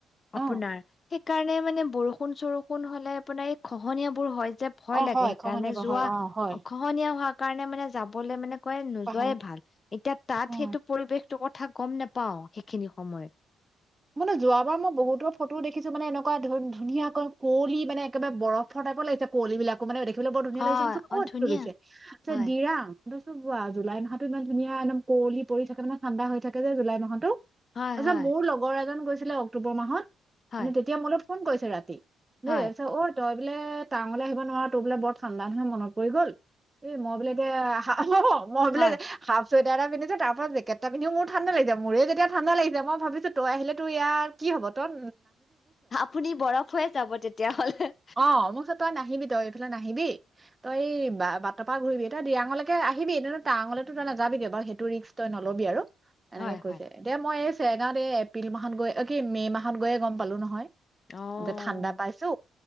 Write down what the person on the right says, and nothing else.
অ
অ
হয়
খহনীয়া
হয় অ হয়
পাহৰ
অ
মানে যোৱাবাৰ মই বহুতৰ ফটোও দেখিছো, মানে এনেকুৱা ধুনীয়া কুঁৱলি মানে একেবাৰে বৰফৰ টাইপৰ লাগিছে কঁৱলীবিলাকো মানে তলে বৰ ধুনীয়া
লাগিছে ত
ক'ত
তুলিছে
দিৰাং। বো বোৱা জুলাই মাহো ইমান ধুনীয়া একদম কঁল পৰি থাকে নে ঠাণ্ডা হৈ থাকে যে জুলাই মাহতো
তছা
মোৰ লগৰ গৈছিলে অক্টোবৰ মাহত
মানে তেতিয়া মূলে ফোন কৰিছে ৰাতি দেছ
<unintelligible> তই বোলে টাঙলৈ আহিব নোৱাৰা তোৰ বোলে বৰ ঠাণ্ডা মানুহে মনত পৰি গ'ল এ মই বোলে এতি এ
চুইটাৰ এটা পিন্ধোঁতেও তাৰ পিছত জেকেট পিন্ধিও মোৰ ঠাণ্ডা লাগিছে, মোৰ যেতিয়া ঠাণ্ডা লাগিছে মই ভাবিছোঁ তই আহিলে। এইটো ইয়াৰ কি হব তোৰ।
অ মোক চ তই নাহিবি তই এইফালে নাহিবি তই এই বাটৰ পৰা ঘূৰিবি তই দিৰাঙলৈকে আহিবি এ টাৰঙলৈ তো তই নাযাবি বাৰু সেইটো ৰিক্স তই নল'বি আৰু। এনেকে
কৈছে
দে মই এই। চেনাৰে এফ এপ্ৰিল মাহত গৈ অ কি মে' মাহত গৈয়ে গম পালো নহয়।
ঠাণ্ডা পাইছো